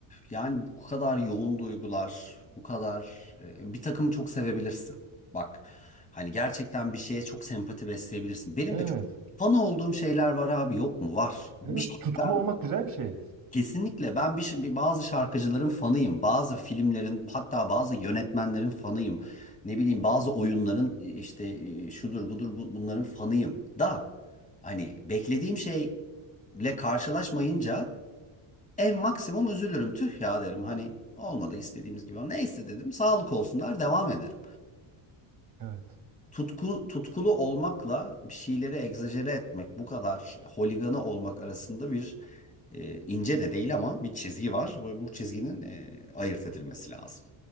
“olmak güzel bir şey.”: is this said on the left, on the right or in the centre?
Right